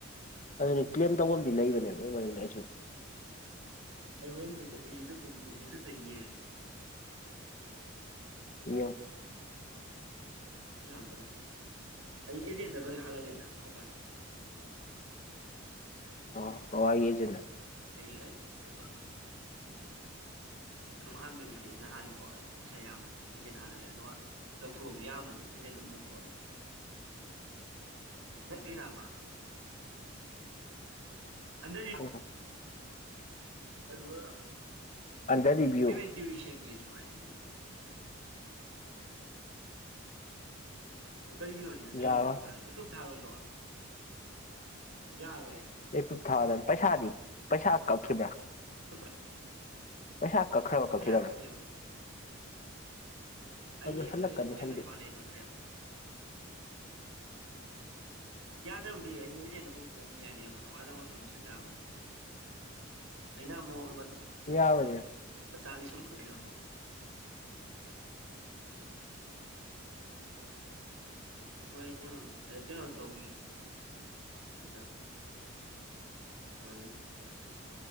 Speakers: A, on the left (about 35°); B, on the right (about 85°).
A: ꯑꯗꯨꯅꯦ ꯀ꯭ꯂꯦꯝ ꯇꯧꯕꯝꯗꯤ ꯂꯩꯕꯅꯦꯕ ꯃꯣꯏ ꯃꯅꯨꯡꯗ ꯑꯩꯁꯨ
B: ꯑꯩ ꯍꯣꯔꯦꯜ <unintelligible>
A: ꯌꯦꯡꯉꯣ
B: ꯪ ꯑꯩ ꯑꯦꯖꯦꯟꯗ ꯂꯣꯏ ꯍꯥꯜꯍꯜꯂꯦꯅ ꯍꯧꯀꯥꯟ
A: ꯑꯣ ꯀꯋꯥꯒꯤꯖꯤꯅ
B: <unintelligible> ꯑꯗꯨ ꯍꯥꯟꯕꯩꯗꯨꯗꯤ ꯑꯩꯅ ꯍꯜꯂꯤꯀꯣ ꯄꯩꯁꯥ ꯑꯌꯥꯝꯕꯅꯤ ꯏꯁꯦꯅ ꯍꯥꯜꯍꯜꯂꯦ ꯑꯗꯨꯒ ꯂꯧꯊꯣꯛꯑꯁꯨ ꯌꯥꯝꯃꯗꯤ ꯑꯦꯖꯦꯟ ꯑꯗꯨꯝ ꯂꯧꯊꯣꯛꯑꯅꯤ ꯂꯝꯕꯤꯅꯕ ꯑꯟꯗꯔ
A: <unintelligible>
B: ꯑꯗꯨꯒ
A: ꯑꯟꯗꯔ ꯔꯤꯚꯤꯌꯨ
B: ꯄꯦꯃꯦꯟ ꯇ꯭ꯌꯨꯔꯤ ꯁꯦꯝꯒꯦꯁꯨ ꯍꯥꯏꯗꯦ ꯃꯨꯛ ꯑꯗꯨ ꯀꯔꯤꯒꯤꯅꯣꯁꯤꯅ ꯑꯟꯗ
A: ꯌꯥꯔꯣꯏ
B: ꯔꯤꯚ꯭ꯌꯨ ꯊꯥꯔꯦꯂꯧ ꯑꯦꯄ꯭ꯨꯞ ꯊꯥꯔꯣꯏꯗ꯭ꯔꯣ ꯑꯗꯣ ꯌꯥꯔꯣꯏ ꯌꯦ
A: ꯌꯨꯇꯨꯞ ꯊꯥꯗꯕꯅꯤ ꯄꯩꯁꯥꯗꯤ ꯄꯩꯁꯥ ꯀꯛ ꯈꯤꯕ꯭ꯔ
B: <unintelligible>
A: ꯄꯩꯁꯥ ꯀꯛꯈ꯭ꯔꯕ ꯀꯛꯈꯤꯗꯕ꯭ꯔꯥ
B: ꯄꯩꯁꯥ ꯀꯛꯈꯤꯑꯕ ꯑꯩꯌꯦ
A: ꯑꯗꯨ ꯍꯜꯂꯛꯀꯅꯤ
B: ꯑꯩ ꯑꯩꯁꯨ
A: ꯍꯟꯗꯤ
B: ꯑꯦꯀꯥꯎꯟꯗꯩ ꯀꯛꯈ꯭ꯔꯦꯕ
A: <inaudible>
B: ꯌꯥꯗ꯭ꯔꯕꯗꯤ ꯑꯩ ꯑꯦꯖꯦꯟꯗ ꯀꯥꯛ ꯁꯠꯍꯟꯒꯤ ꯌꯥꯢꯅꯦ ꯂꯨꯄꯥ ꯆꯧꯉꯥꯗꯪ ꯑꯣꯏꯔꯁꯨ ꯑꯗꯨꯝ ꯁꯠ ꯌꯥꯕꯅꯤ ꯑꯩꯅ ꯑꯃꯨꯛ
A: ꯌꯥꯕꯅꯤ
B: ꯆꯥ ꯂꯤꯁꯤꯡ ꯑꯃꯗꯩ ꯂꯧꯊꯣꯛꯄꯅꯦ ꯃꯣꯢꯁꯨ ꯀꯩꯅꯣ ꯇꯧꯕꯒꯤ <unintelligible> ꯍꯥꯜꯂꯤ